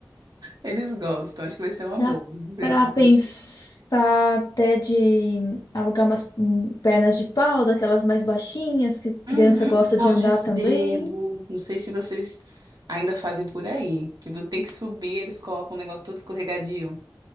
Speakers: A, on the right; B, on the left.
A: eles gostam. Acho que vai ser uma
B: dá
A: boa pra
B: para
A: esse dia.
B: pensar até de alugar umas hum, pernas de pau, daquelas mais baixinhas, que criança
A: Uhum,
B: gosta
A: e pau
B: de andar
A: de sebo.
B: também.
A: Não sei se vocês ainda fazem por aí. Que vo- tem que subir, eles colocam um negócio todo escorregadio.